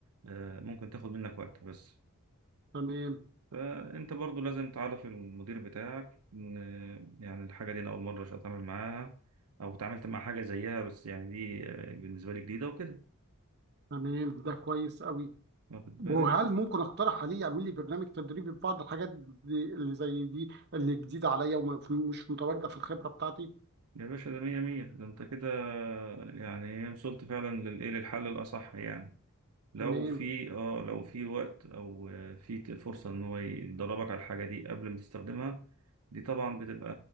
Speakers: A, on the right; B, on the right.
A: آه، ممكن تاخد منك وقت بس
B: تمام
A: فأنت برضو لازم تعرف المدير بتاعك إن يعني الحاجة دي أنا أول مرة أتعامل معاها أو اتعاملت مع حاجة زيها بس يعني دي بالنسبة لي جديدة وكده
B: تمام ده كويس قوي
A: واخد
B: وهل
A: بالك
B: ممكن اقترح عليه يعمل لي برنامج تدريبي في بعض الحاجات دي اللي زي دي اللي جديدة عليا ومش متواجدة في الخبرة بتاعتي
A: يا باشا ده مية مية ده أنت كده يعني إيه، وصلت فعلا للإيه للحل الأصح يعني لو
B: تمام
A: في اه لو في وقت أو آه، في ت- فرصة إن هو يدربك على الحاجة دي قبل ما تستخدمها دي طبعا بتبقى